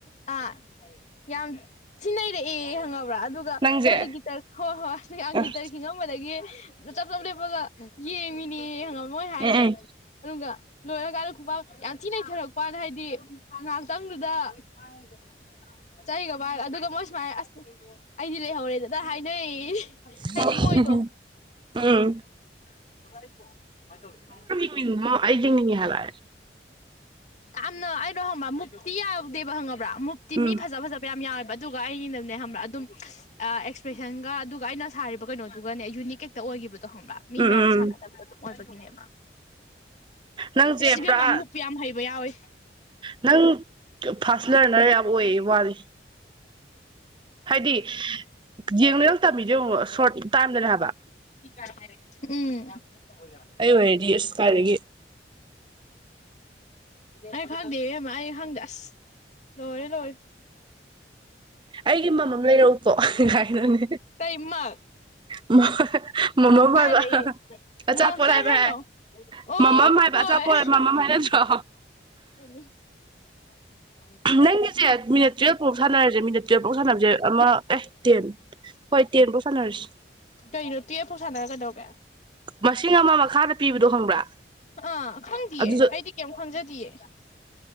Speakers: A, on the left; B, on the right.
A: ꯑ ꯌꯥꯝ ꯊꯤꯟꯅꯩꯔꯛꯑꯦ ꯍꯪꯉꯕ꯭ꯔꯥ ꯑꯗꯨ ꯑꯗꯨꯒ
B: ꯅꯪꯁꯦ
A: ꯃꯣꯏꯁꯦ ꯒꯤꯇꯔ ꯍꯣꯏ ꯍꯣꯏ ꯌꯥꯝ
B: ꯎꯝ
A: ꯒꯤꯇꯔ ꯈꯤꯡꯉꯝꯕꯗꯒꯤ ꯆꯞ ꯆꯞ ꯂꯦꯞꯄꯒ ꯌꯦꯡꯉꯤꯅꯦ ꯈꯪꯉꯥꯕꯔ ꯃꯣꯏ ꯍꯥꯏꯅꯦ꯫
B: ꯎꯝ
A: ꯑꯗꯨꯒ ꯂꯣꯏꯔꯀꯥꯟꯗ ꯈꯨꯄꯥꯛ ꯌꯥꯝ ꯊꯤ ꯅꯩꯊꯔꯛꯄ ꯋꯥꯅꯤ ꯍꯥꯏꯗꯤ ꯉꯥꯏꯍꯥꯛꯇꯪꯗꯨꯗ꯫ ꯃꯥꯏ <inaudible> ꯆꯩꯒ ꯄꯥꯏꯔ ꯑꯗꯨꯒ ꯃꯣꯏ ꯁꯨꯃꯥꯏꯅ ꯑꯁ ꯑꯩꯗꯤ ꯂꯩꯍꯧꯔꯦꯗ ꯍꯥꯏꯅꯩ꯫
B: <inaudible>
A: ꯍꯥꯏꯗꯤ ꯃꯣꯏꯗꯣ <inaudible>
B: <unintelligible> ꯍꯥꯏꯕ꯫
A: ꯌꯥꯝꯅ ꯑꯩꯅꯣ ꯍꯪꯕ ꯃꯨꯝꯇꯤ ꯌꯥꯗꯦꯕ ꯈꯪꯕ꯭ꯔꯥ ꯃꯨꯝꯇꯤ
B: ꯎꯝ
A: ꯃꯤ ꯐꯖ ꯐꯖꯕ ꯌꯥꯝꯌꯥꯝ ꯌꯥꯎꯋꯦꯕ ꯑꯗꯨꯒ ꯑꯩꯒꯤꯅꯅꯦ ꯍꯕ꯭ꯔꯥ ꯑꯗꯨꯝ ꯑꯦꯛꯁꯄ꯭ꯔꯦꯁꯟꯒ ꯑꯗꯨꯒ ꯑꯩꯅ ꯁꯥꯔꯤꯕ ꯀꯩꯅꯣꯗꯨꯒꯅꯦ ꯌꯨꯅꯤꯛ ꯍꯦꯛꯇ ꯑꯣꯏꯈꯤꯕꯗꯣ ꯈꯪꯕ꯭ꯔꯥ꯫ ꯃꯤ
B: ꯎꯝ
A: ꯃꯌꯥꯝꯅ
B: ꯎꯝ
A: ꯁꯥꯟꯅꯗꯕꯗ ꯑꯗꯨꯝ ꯑꯣꯏꯕꯒꯤꯅꯦꯕ
B: ꯅꯪꯁꯦ
A: ꯏꯁ ꯏꯕꯦꯝꯃ
B: ꯄꯨꯔꯥ
A: ꯃꯨꯛ ꯌꯥꯝ ꯍꯩꯕ ꯌꯥꯎꯏ꯫
B: ꯅꯪ ꯐꯥꯔꯥꯁ ꯂꯔꯅꯔ ꯌꯥꯝ ꯑꯣꯏꯌꯦ ꯋꯥꯔꯤ꯫ ꯍꯥꯏꯗꯤ ꯌꯦꯡꯅ ꯇꯝꯃꯤꯗꯣ ꯌꯦꯪꯏ ꯁꯣꯔꯠ ꯇꯥꯏꯝꯗꯅꯦ ꯍꯥꯏꯕ꯫
A: ꯎꯝ꯫
B: ꯑꯩ ꯑꯣꯏꯔꯗꯤ ꯑꯁ ꯀꯥꯏꯗꯒꯤ꯫
A: ꯑꯩ ꯐꯪꯗꯦꯍꯦ ꯏꯕꯦꯝ ꯑꯩ ꯈꯪꯗꯦ ꯑꯁ꯫ ꯂꯣꯏꯔꯦ ꯂꯣꯏꯔꯦ꯫
B: ꯑꯩꯒꯤ ꯃꯃꯝ ꯂꯩꯔꯛꯎꯀꯣ ꯀꯥꯏꯗꯨꯅꯤ꯫
A: ꯇꯩꯃꯛ꯫
B: <unintelligible> ꯃꯃꯝ
A: ꯀꯥꯏꯗꯩ
B: ꯍꯥꯏꯕ ꯑꯆꯥꯄꯣꯠ
A: ꯃꯣ ꯀꯩ
B: ꯍꯥꯏꯕ
A: ꯍꯥꯏꯅꯣ
B: ꯍꯥꯏ
A: ꯑꯣ
B: ꯃꯃꯝ ꯍꯥꯏꯕ
A: ꯍꯣꯏ
B: ꯑꯆꯥꯄꯣꯠ ꯍꯥꯏ ꯃꯃꯝ ꯍꯥꯏꯅ <unintelligible>
A: <unintelligible>
B: ꯅꯪꯒꯤꯁꯦ ꯃꯤꯅꯠ ꯇꯨꯌꯦꯜꯞ ꯐꯥꯎ ꯁꯥꯟꯅꯔꯁꯦ ꯃꯤꯅꯤꯠ ꯇꯨꯌꯦꯜꯞꯐꯥꯎ ꯁꯥꯟꯅꯕꯁꯦ ꯑꯃ ꯑꯦ ꯇꯦꯟ ꯍꯣꯏ ꯇꯦꯟꯐꯧ ꯁꯥꯟꯅꯔꯁꯦ꯫
A: ꯀꯩꯅꯣ ꯇꯨꯌꯦꯜꯞꯐꯥꯎ ꯁꯥꯟꯅꯔ ꯀꯩꯗꯧꯒꯦ꯫
B: ꯃꯁꯤꯡ ꯑꯃ ꯃꯈꯥꯗ ꯄꯤꯕꯗꯣ ꯈꯪꯕ꯭ꯔꯥ
A: ꯑꯥ ꯈꯪꯗꯤꯌꯦ
B: ꯑꯗꯨꯁꯨ
A: ꯑꯩꯗꯤ ꯀꯩꯝ ꯈꯪꯖꯗꯌꯦ꯫